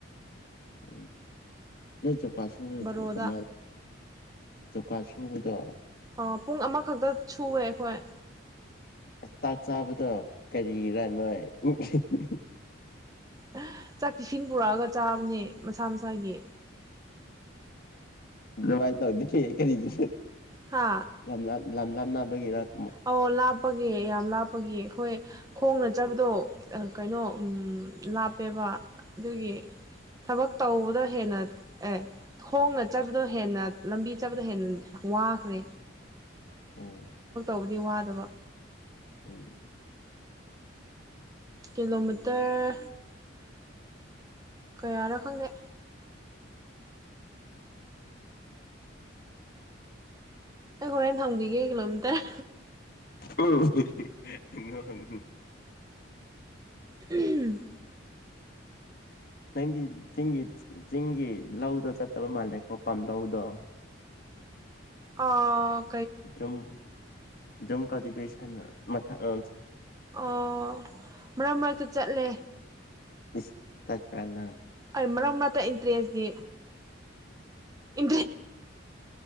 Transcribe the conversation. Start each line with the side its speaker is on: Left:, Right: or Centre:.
Left: ꯎ ꯅꯣꯏ ꯖꯞ ꯋꯥꯁꯨꯔ
Right: ꯕꯥꯔꯣꯗ
Left: ꯀꯃꯥꯏ ꯖꯧꯀꯥ ꯁꯨꯕꯗꯣ
Right: ꯑꯣ ꯄꯨꯡ ꯑꯃꯈꯛꯇ ꯁꯨꯋꯦ ꯑꯈꯣꯏ
Left: ꯇꯥꯛ ꯆꯥꯕꯠ ꯗ ꯀꯔꯤꯔꯥꯅꯣꯏ ꯑꯝ ꯍꯤ ꯎꯝ ꯍꯝ
Right: ꯑꯍ ꯆꯥꯛ ꯇꯤꯁꯤꯡ ꯄꯨꯔꯛꯑꯒ ꯆꯥꯕꯅꯤ ꯃꯁꯥ ꯃꯁꯥꯒꯤ
Left: ꯗꯨꯕꯥꯥꯏꯟ ꯇꯧꯔꯗꯤ ꯀꯦ ꯀꯔꯤꯒꯤ
Right: ꯍꯥ
Left: ꯌꯥꯝ ꯂꯥꯞ ꯂꯝ ꯂꯥꯞꯅꯕꯒꯤꯔꯛ
Right: ꯑꯧ ꯂꯥꯞꯄꯒꯦ ꯌꯥꯝ ꯂꯥꯞꯄꯒꯤ ꯑꯈꯣꯏ ꯈꯣꯡꯅ ꯆꯕꯗꯣ ꯑ ꯀꯩꯅꯣ ꯎꯝ ꯂꯥꯞ ꯄꯦꯕꯥꯥ ꯗꯨꯒꯤ ꯊꯕꯛ ꯇꯧꯕ ꯍꯦꯟꯅ ꯑꯦ ꯊꯣꯡꯅ ꯆꯠꯄꯗꯣ ꯍꯦꯟꯅ ꯂꯝꯕꯤ ꯆꯠꯄꯗ ꯍꯦꯟ ꯋꯥꯈ꯭ꯔꯦ
Left: ꯎꯝ
Right: ꯄꯨꯗꯤ ꯋꯥꯗꯕ
Left: ꯎꯝ
Right: ꯀꯦꯂꯣꯃꯇꯔ ꯀꯌꯥꯔꯥ ꯈꯪꯗꯦ ꯑꯩ ꯍꯣꯔꯦꯟ ꯊꯥꯡꯕꯤꯒꯦ ꯀꯤꯂꯣꯃꯤꯇꯔ
Left: ꯑꯣꯉ
Right: ꯎꯝ
Left: ꯅꯪꯗꯤ ꯆꯤꯡꯒꯤ ꯆꯤꯡꯒꯤ ꯂꯧꯗꯣ ꯆꯠꯇꯕ ꯃꯥꯜꯂꯦꯀꯣ ꯄꯥꯝ ꯂꯧꯗꯣ
Right: ꯑ
Left: ꯨꯝ ꯨꯝꯀꯗꯤꯕꯩꯁꯅ ꯃꯊ ꯑ
Right: ꯑꯣ ꯃꯔꯛ ꯃꯔꯛꯇ ꯆꯠꯂꯦ
Left: ꯏꯁ ꯆꯠꯄꯔꯅ
Right: ꯑꯩ ꯃꯔꯛ ꯃꯔꯅꯥꯛꯇ ꯏꯟꯇꯔꯦꯁꯅꯤ ꯏ